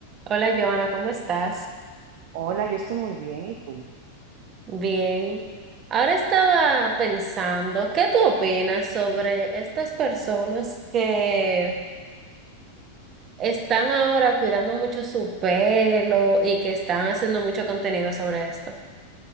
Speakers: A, on the right; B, on the right.
A: Hola Joana, ¿cómo estás?
B: Hola, yo estoy muy bien, ¿y tú?
A: Bien. Ahora estaba pensando, ¿qué tú opinas sobre estas personas que están ahora cuidando mucho su pelo y que están haciendo mucho contenido sobre esto?